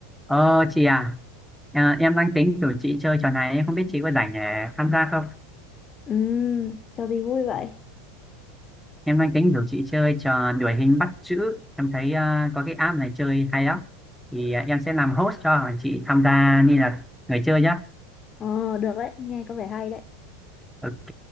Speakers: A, in the centre; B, on the left.
A: Ờ chị à, à em đang tính rủ chị chơi trò này em không biết chị có rảnh để tham gia không?
B: Ừ, cho đi vui vậy.
A: Em đang tính rủ chị chơi trò đuổi hình bắt chữ em thấy à, có cái app này chơi hay lắm thì à, em sẽ làm host cho chị tham gia như là người chơi nhá.
B: Ờ, được đấy, nghe có vẻ hay đấy.
A: Ok,